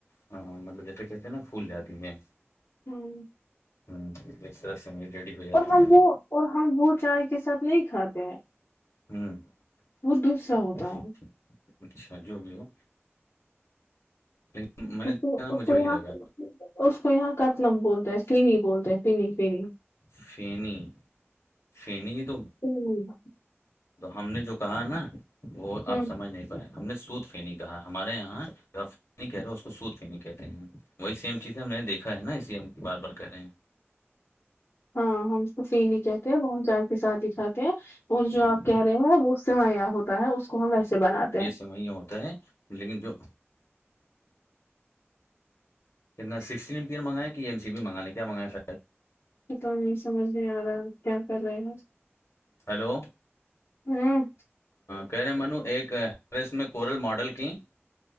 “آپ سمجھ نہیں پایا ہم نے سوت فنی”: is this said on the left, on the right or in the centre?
Left